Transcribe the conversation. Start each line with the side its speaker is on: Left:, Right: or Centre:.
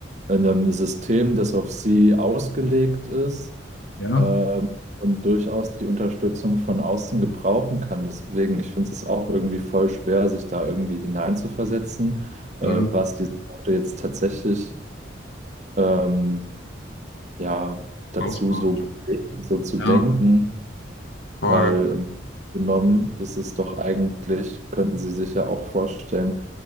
Right: in einem System, das auf sie ausgelegt ist
Left: Ja.
Right: äh, und durchaus die Unterstützung von außen gebrauchen kann. Deswegen, ich finde es auch irgendwie voll schwer, sich da irgendwie hineinzuversetzen, äh,
Left: Mhm.
Right: was diese Leute jetzt tatsächlich ähm, ja, dazu
Left: Hausmacht.
Right: so bewegt, so zu
Left: Ja.
Right: denken.
Left: Voll.
Right: Weil ähm, genommen ist es doch eigentlich, könnten Sie sich ja auch vorstellen,